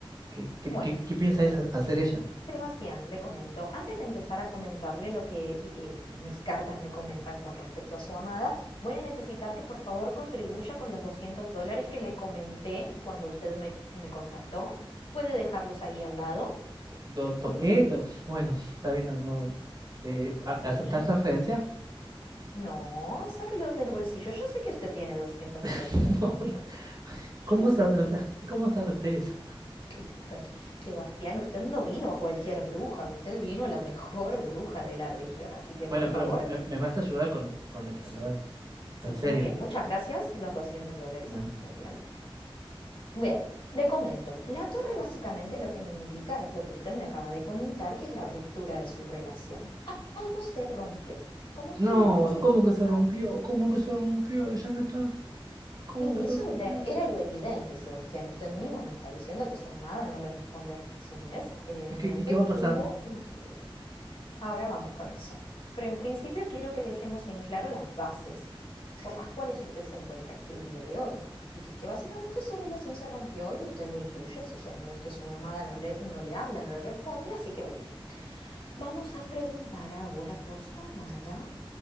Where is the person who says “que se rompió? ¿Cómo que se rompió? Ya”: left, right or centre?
Right